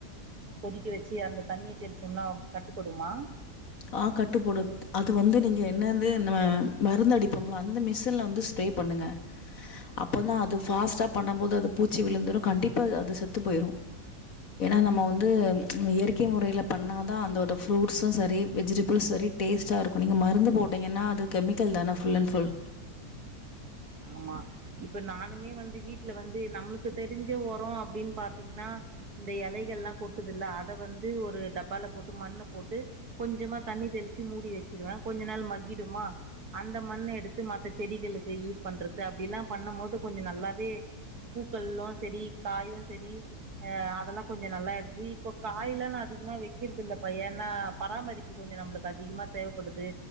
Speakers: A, on the right; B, on the left.
A: கொதிக்க வச்சு அந்த தண்ணி தெளிச்சம்னா கட்டு படுமா
B: ஆ கட்டுப்படுத் அது வந்து நீங்க என்னது ம மருந்து அடிபம்ல அந்த மிசின்ல வந்து ஸ் ப்ரே பண்ணுங்க அப்பந்தா அது ஃபாஸ்டா பண்ணம்போது அது பூச்சி விழுந்துரு கண்டிப்பா அது அது செத்து போயிரு ஏனா நம்ம வந்து இயற்கை முறைல பண்ணா தா அந்தத ஃப்ரூட்ஸு சரி வெஜிடபிள்ஸ் வரி டேஸ்ட்டா இருக்கு நீங்க மருந்து போட்டீங்கன்னா அது கெமிக்கல் தான ஃபுல் அண் ஃபுல்
A: ஆமா இப்ப நானுமே வந்து வீட்ல வந்து நம்புளுக்கு தெரிஞ்ச ஒரோ அப்டின் பாத்தீங்னா இந்த எலைகள்ல கொட்டுதில்ல அதவந்து ஒரு டப்பால போட்டு மண்ணு போட்டு கொஞ்சமா தண் ணி தெளிச்சு மூடி வச்சிருவே கொஞ்ச நாள் மக்கிடுமா அந்த மண் எடுத்து மத்த செடிகளுக்கு யூஸ் பண்றது அப்டில்லா பண்ணபோது கொஞ்ச நல்லாவே பூக்கள்லா செரி காயு செரி அ அதெல்லா கொஞ்ச நல்லா எடுது இப்போ காய்லா நா அதி கமா வெக்கிறதில்லபா ஏனா பராமரிப்பு கொஞ்ச நம்மளுக்கு அதிகமா தேவப்படுது